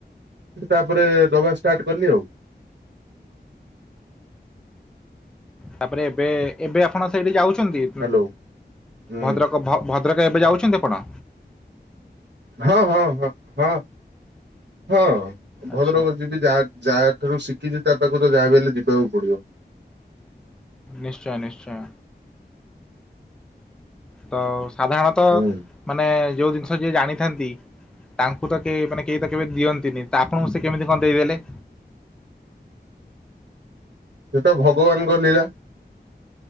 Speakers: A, on the right; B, in the centre.
A: ତାପରେ ଦବା ଷ୍ଟାଟ୍ କଲି ଆଉ।
B: ତାପରେ ଏବେ ଏବେ ଆପଣ ସେଇଠି ଯାଉଚନ୍ତି
A: ହ୍ୟାଲୋ ହୁଁ
B: ଭଦ୍ରକ? ଭ ଭଦ୍ରକ ଏବେ ଯାଉଚନ୍ତି ଆପଣ?
A: ହଁ ହଁ ହଁ ହଁ ହଁ
B: ଆଚ୍ଛା
A: ଭଦ୍ରକ ଯି ଯା ଯା ଠାରୁ ଶିଖିଚି ତା ପାଖକୁ ତ ଯା ବି ହେଲେ ଯିବାକୁ ପଡ଼ିବ।
B: ନିଶ୍ଚୟ ନିଶ୍ଚୟ। ହଉ ସାଧାରଣତଃ
A: ହୁଁ।
B: ମାନେ ଯୋଉ ଜିନିଷ ଯିଏ ଜାଣିଥାନ୍ତି ତାଙ୍କୁ ତ କେ ମାନେ କେହି ତ କେବେ ଦିଅନ୍ତିନି ତ ଆପଣଙ୍କୁ ସେ କେମିତି କଣ ଦେଇଦେଲେ?
A: ସେଟା ଭଗବାନଙ୍କ ଲୀଳା।